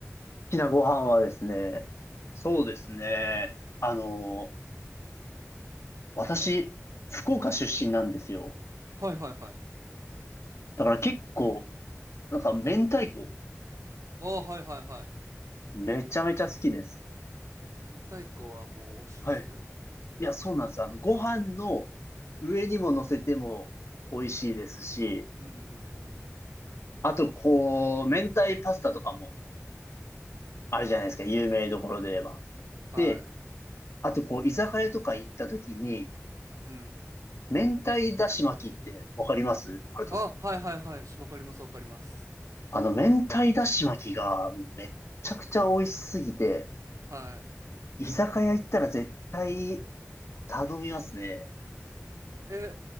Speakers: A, on the left; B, on the right.
A: きなご飯はですね、そうですね。あの、私、福岡出身なんですよ。
B: はいはいはい。
A: だから結構、なんか明太子。
B: ああ、はいはいはい。
A: めちゃめちゃ好きです。
B: 明太子はもう美味しいっすよね。
A: はい。いや、そうなんです。あの、ご飯の上にも乗せても美味しいですし、
B: うんうんうんうん。
A: あと、こう、明太パスタとかもあるじゃないですか。
B: いや、ほんとそうっすよね。
A: 有名どころで言えば。
B: はい。
A: で、あと、こう、居酒屋とか行った時に、
B: うん
A: 明太だし巻きってわかりますハルトさん。
B: あ、はいはいはい。しわかりますわかります。
A: あの、明太だし巻きがもうめっちゃくちゃ美味しすぎて、
B: はい。
A: 居酒屋行ったら絶対頼みますね。
B: え、